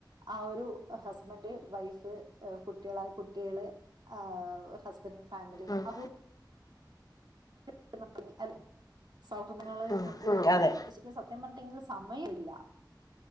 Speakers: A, on the right; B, on the left.
A: ആ ഒരു ഹസ്ബൻഡ് വൈഫ് കുട്ടികളായ കുട്ടികള് ആഹ് ഫ പിന്നെ ഫാമിലി
B: ഉം
A: അവ <inaudible> അല്ലെ സൗഹൃദങ്ങള്
B: ഉം ഉം
A: നമുക്ക്
B: അതെ
A: <unintelligible> സത്യം പറഞ്ഞിട്ടെങ്കിൽ സമയം ഇല്ല